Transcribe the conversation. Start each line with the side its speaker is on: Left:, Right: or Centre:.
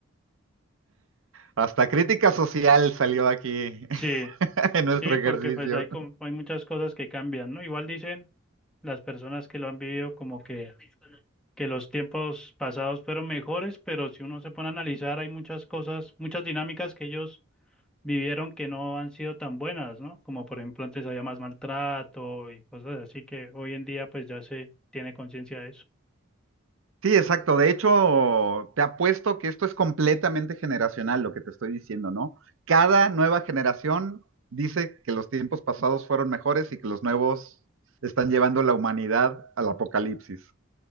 Right: Hasta crítica social salió aquí
Centre: sí,
Right: <laughs> en nuestro
Centre: sí,
Right: ejercicio.
Centre: porque pues hay, com- hay muchas cosas que cambian, ¿no? Igual dicen las personas que lo han vivido como que, que los tiempos pasados fueron mejores, pero si uno se pone a analizar, hay muchas cosas, muchas dinámicas que ellos vivieron que no han sido tan buenas, ¿no? Como por ejemplo antes había más maltrato y cosas así que hoy en día pues ya se tiene conciencia de eso.
Right: Sí, exacto. De hecho, te apuesto que esto es completamente generacional lo que te estoy diciendo, ¿no? Cada nueva generación dice que los tiempos pasados fueron mejores y que los nuevos están llevando la humanidad al apocalipsis.